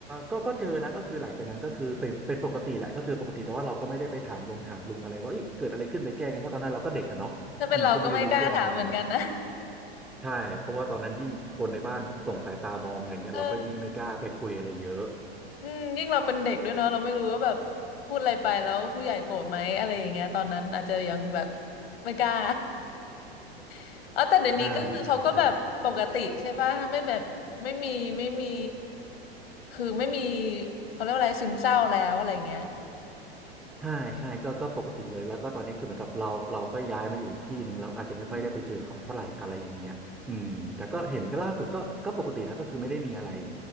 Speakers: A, in the centre; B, on the left (about 65°).
A: ก็ก็เจอนะก็คือหลังจากนั้นก็คือเป็นเป็นปกติแหละก็คือปกติแต่ว่าเราก็ไม่ได้ไปถามลงถามลุงอะไรว่าเอ้ยเกิดอะไรขึ้นไปแก้ไงเพราะตอนนั้นเราก็เด็กอะเนาะอืมก็ไม่ได้รู้เรื่องอะไร
B: ถ้าเป็นเราก็ไม่กล้าถามเหมือนกันนะ
A: ใช่เพราะว่าตอนนั้นยิ่งคนในบ้านส่งสายตามองอะไรเงี้ยเราก็ยิ่งไม่กล้าไปคุยอะไรเยอะ
B: เอออืมยิ่งเราเป็นเด็กด้วยเนาะเราไม่รู้ว่าแบบพูดอะไรไปแล้วผู้ใหญ่โกรธไหมอะไรอย่างเงี้ยตอนนั้นอาจจะยังแบบไม่กล้า <laughs> อ๋อแต่เดี๋ยวนี้ก็คือเขาก็แบบปกติใช่ป่ะไม่แบบไม่มีไม่มี
A: ใช่ใช่ใช่
B: คือไม่มีเขาเรียกว่าอะไรซึมเศร้าแล้วอะไรเงี้ย
A: ใช่ใช่ก็ก็ปกติเลยแล้วก็ตอนนี้คือเหมือนกับเราเราก็ย้ายมาอยู่อีกที่หนึ่งเราอาจจะไม่ค่อยได้ไปเจอเขาเท่าไหร่อะไรอย่างเงี้ยอืมแต่ก็เห็นก็ล่าสุดก็ก็ปกตินะก็คือไม่ได้มีอะไร
B: อืม